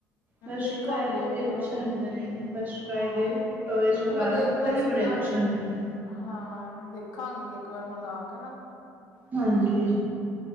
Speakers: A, on the right; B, on the left.
A: ਫਸਟ
B: ਦੇਖਾਂਗੇ
A: ਕਰਾਏ ਦੇ
B: ਉੱਧਰੋਂ
A: ਵੀ ਅਛੇ ਹੁੰਦੇ ਨੇ ਫਸਟ ਕਰਾਏ
B: ਹਾਂ
A: ਦੇ ਟੋਇਜ਼ ਵਗੈਰਾ
B: ਉਹ ਮੈਂ ਦੇਖਣਾ
A: ਕੱਪੜੇ
B: ਸੀ
A: ਵੀ ਬੜੇ
B: ਨਾ
A: ਅੱਛੇ ਹੁੰਦੇ ਨੇ
B: ਹਾਂ ਦੇਖਾਂਗੀ ਇੱਕ ਵਾਰ ਮੰਗਵਾ ਕੇ ਨਾ
A: ਹਾਂਜੀ